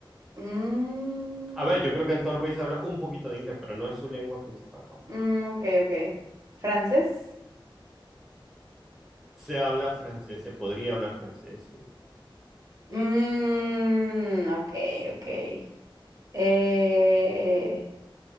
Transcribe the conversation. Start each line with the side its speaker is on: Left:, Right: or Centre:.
Right: Mm,
Centre: A ver, yo creo que en todos los países se habla un poquito de inglés, pero no es su lengua principal. ¿no?
Right: mm, ok, ok. ¿Francés?
Centre: Se habla francés, se podría hablar francés. sí.
Right: Mm, ok, ok. Eh,